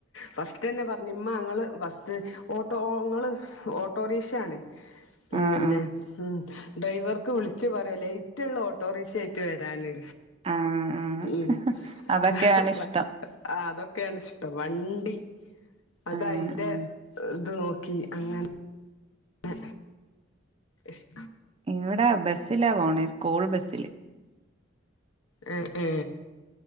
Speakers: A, on the left (about 75°); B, on the right (about 30°).
A: ഫസ്റ്റ് തന്നെ പറഞ്ഞ് മ്മ ഞള് ഫസ്റ്റ് ഓട്ടോ ങ്ങള് ഓട്ടോറിക്ഷ ആണ് പിന്നെ
B: ആഹ്
A: ഉം ഡ്രൈവർക്ക് വിളിച്ച് പറയൊ ലേറ്റ്ള്ള ഓട്ടോറിക്ഷയായിട്ട് വരാന്
B: ആഹ് ആഹ് ആഹ്
A: ഉം
B: അതൊക്കെയാണ്
A: ആഹ്
B: ഇഷ്ടം
A: അതൊക്കെയാണ് ഇഷ്ടം വണ്ടി അത
B: ആഹ്
A: അയിൻ്റെ
B: ആഹ്
A: ഇത് നോക്കി അങ്ങനെ ആ ഇഷ്
B: ഇവിടെ ബസ്സിലാ പോണേ സ്കൂൾ ബസ്സില്
A: ഏഹ് ഏ